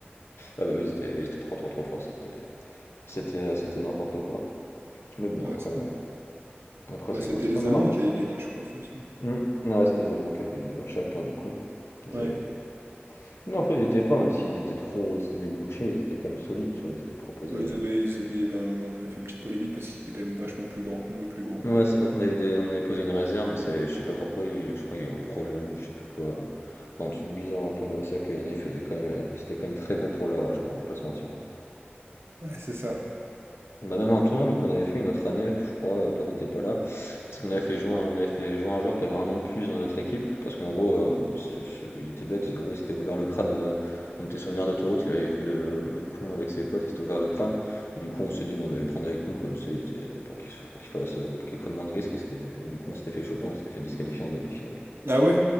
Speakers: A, on the left; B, on the right.
A: ah, bah, oui, ils étaient, ils étaient trop, trop, trop forts, c'était, euh, c'était, euh, c'était n'importe quoi. Mais bon,
B: Ah,
A: après,
B: c'est
A: euh,
B: bon.
A: après
B: Ouais,
A: c'est
B: c'était
A: comme ça,
B: les
A: non?
B: Allemands
A: après-
B: qui avaient gagné, je crois, de toute façon.
A: Hmm, ouais, c'était les Allemands qui avaient gagné, bah, chacun du coup. Ils
B: Ouais.
A: avaient- Non, en fait, ils étaient forts, même s'ils étaient trop, c'était des bouchers, ils étaient quand même solides, tu vois, ils, ils proposaient.
B: Ouais, ils
A: euh.
B: avaient, ils étaient, il y avait un- on avait fait une petite polémique parce qu'ils étaient quand même vachement plus grands que nous et plus gros.
A: Ouais, c'est vrai qu'on avait, des- on avait posé une réserve, mais ça, je sais pas pourquoi, il- je crois qu'il y a eu un problème, je sais plus quoi. Enfin, un truc bizarre un peu, mais ouais, c'est vrai qu'il y en a, ils faisaient quand même, euh, ils étaient quand même très grands pour leur âge, quoi, on va pas se mentir. hein.
B: Ouais, c'est ça.
A: On a même un tournoi nous qu'on avait fait une autre année, je crois, toi t'étais pas là, parce qu'on avait fait jouer, un- on avait fait jouer un joueur qui avait un an de plus dans notre équipe, parce qu'en gros, euh, il se- il était bête, en gros, il s'était ouvert le crâne, euh, on était sur une aire d'autoroute, il avait fait le, le con avec ses potes, il s'était ouvert le crâne, et du coup on s'est dit, bon, on allait le prendre avec nous, comme tu sais, il était, pour qu'il se- pour qu'il fasse, euh, pour qu'il prenne moins de risques, il s'était- et du coup on s'était fait choper, on s'était fait disqualifier en demi-finale.
B: Ah ouais?